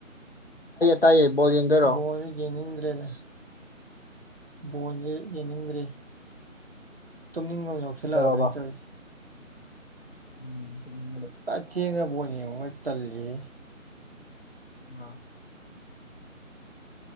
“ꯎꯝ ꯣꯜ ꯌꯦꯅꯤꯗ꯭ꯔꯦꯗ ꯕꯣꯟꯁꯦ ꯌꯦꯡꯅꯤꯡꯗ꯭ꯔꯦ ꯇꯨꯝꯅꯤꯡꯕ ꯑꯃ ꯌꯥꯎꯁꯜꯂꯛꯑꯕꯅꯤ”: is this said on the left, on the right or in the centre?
Right